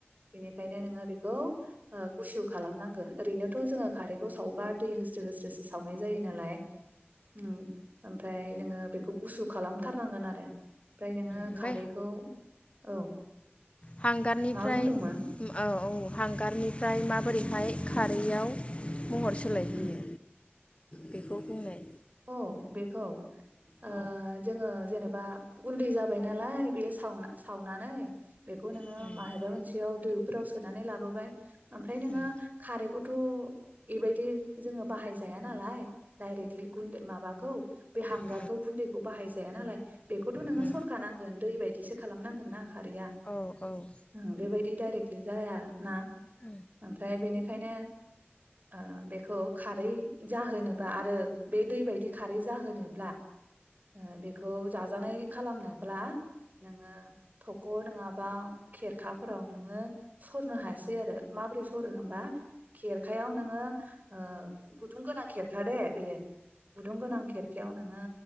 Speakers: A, on the right (about 40°); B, on the left (about 30°).
A: बेनिखायनो नोङो बेखौ गुसु खालामनांगोन। ओरैनोथ जोङो खारैखौ सावबा दै होस्रो होस्रोसो सावनाय जायो नालाय उम ओमफ्राय नोङो बेखौ गुसु खालामथारनांगोन आरो ओमफ्राय नोङो
B: ओमफ्राय
A: खारैखौ औ
B: हांगारनिफ्राय
A: मा बुंदोंमोन
B: उम औ औ हांगारनि फ्राय माबोरैहाय
A: उम
B: खारैआव महर सोलायहोयो?
A: उम
B: बेखौ बुंनाय
A: औ बेखौ ओ
B: औ उम,
A: जोङो जेनेब बा उन्दै जाबाय नालाइ बेओ सा सावनो सावनानै बेखौ नोङो
B: उम,
A: माहेबा मोनसेयाव दो फोराव सोनानै लाबोबाय ओमफ्राय नोङो
B: उम,
A: खारैखौ थ' एबायदि जोङो बाहाय जाया नालाय दायरेकलि माबाखौ बे हांगारखौ
B: उम,
A: गुन्दैखौ बाहाय जाया नालाय बेखौथ' नोङो
B: उम,
A: सरखा नांगोन दै बायदिसो खालामनांगोन ना खारैया
B: औ औ उम, औ उम, औ उम, औ उम,
A: ओ बेबायदि डायरेकलि जाया ना
B: उम,
A: ओमफ्राय बेनिखायनो ओ बेखौ खारै जाहोनोबा आरो बे दै बायदि खारै जाहोनोब्ला ओ बेखौ जाजानाय खालामनोब्ला नोङो थख' नोङाबा खेरखाफोराव नोङो सरनो हायासै आरो माबोरै सरो होनबा खेरखायाव नोङो ओ गुदुं गोनां खेरखा दे बेयो गुदुं गोनां खेरखायाव नोङो